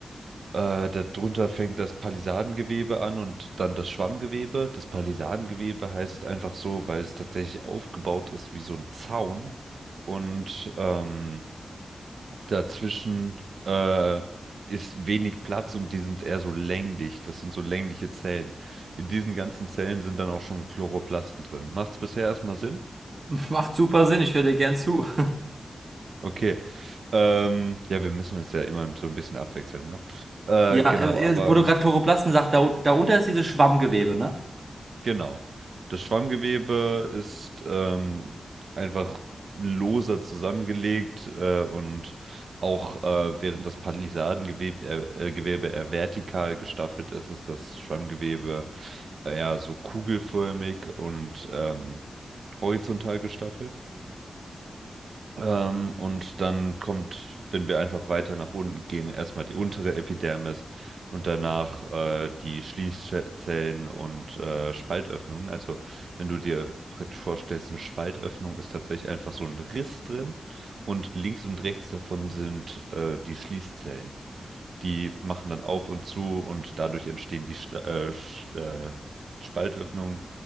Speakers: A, on the right (about 70°); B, on the right (about 45°).
A: Äh, darunter fängt das Palisadengewebe an und dann das Schwammgewebe. Das Palisadengewebe heißt einfach so, weil es tatsächlich aufgebaut ist wie so ein Zaun und ähm, dazwischen äh, ist wenig Platz und die sind eher so länglich. Das sind so längliche Zellen. In diesen ganzen Zellen sind dann auch schon Chloroplasten drin. Macht's bisher erstmal Sinn?
B: <laughs> Macht super Sinn, ich höre dir gern zu. <laughs>
A: Okay. Ähm, ja, wir müssen uns ja immer so ein bisschen abwechseln, ne? Äh,
B: Ja,
A: genau,
B: äh,
A: aber.
B: äh, wo du gerade Chloroplasten sagst, da, darunter ist dieses Schwammgewebe, ne?
A: Genau. Das Schwammgewebe ist ähm, einfach loser zusammengelegt äh, und auch äh, während das Palisadengewebe eher, äh, Gewebe eher vertikal gestaffelt ist, ist das Schwammgewebe eher so kugelförmig und ähm, horizontal gestaffelt. Ähm, und dann kommt, wenn wir einfach weiter nach unten gehen, erstmal die untere Epidermis und danach äh, die Schließzellen und äh, Spaltöffnungen. Also wenn du dir praktisch vorstellst, eine Spaltöffnung ist tatsächlich einfach so ein Riss drin und links und rechts davon sind äh, die Schließzellen. Die machen dann auf und zu und dadurch entstehen die Sta äh, Sch äh, Spaltöffnungen,